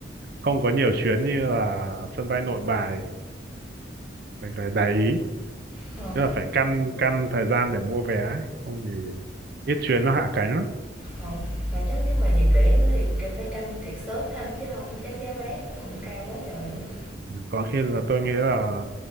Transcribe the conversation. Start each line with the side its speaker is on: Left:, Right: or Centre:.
Right: không có nhiều chuyến như là sân bay Nội Bài mình phải để ý
Centre: Ờ,
Right: tức là phải căn căn thời gian để mua vé ấy. không thì ít chuyến nó hạ cánh lắm
Centre: ờ, mà chắc nếu mà dịp lễ nữa thì c- phải canh thiệt sớm ha chứ không chắc giá vé nó cũng cao quá trời luôn á.
Right: có khi là tôi nghĩ là